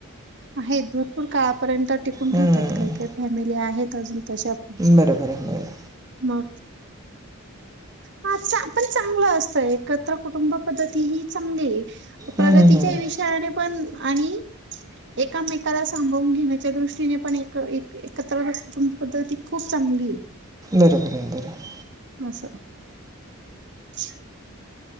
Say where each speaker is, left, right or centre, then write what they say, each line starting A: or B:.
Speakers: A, on the right; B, on the right.
A: आहेत भरपूर काळापर्यंत टिकून
B: हं.
A: राहतात काही काही फॅमिली आहेत. तश आप
B: बरोबर आहे, बरोबर.
A: मग हा आता आपण चांगलं असतं एकत्र कुटुंब पद्धती ही चांगली आहे. प्रगतीच्या
B: हं, हं, हं.
A: विषयाने पण आणि एकामेकाला सांभावून घेण्याच्या दृष्टीने पण एक एकत्र कुटुंब पद्धती खूप चांगली आहे.
B: बरोबर बरोबर.
A: असं. <inaudible>